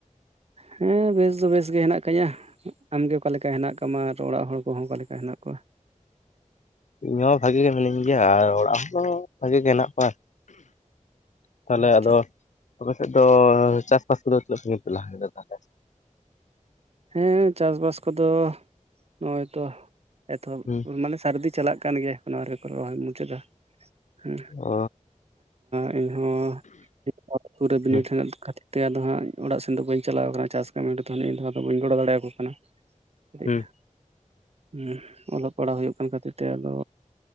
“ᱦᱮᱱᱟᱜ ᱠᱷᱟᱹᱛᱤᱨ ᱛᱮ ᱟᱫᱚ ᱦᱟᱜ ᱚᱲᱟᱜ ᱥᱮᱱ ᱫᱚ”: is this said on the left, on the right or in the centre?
Right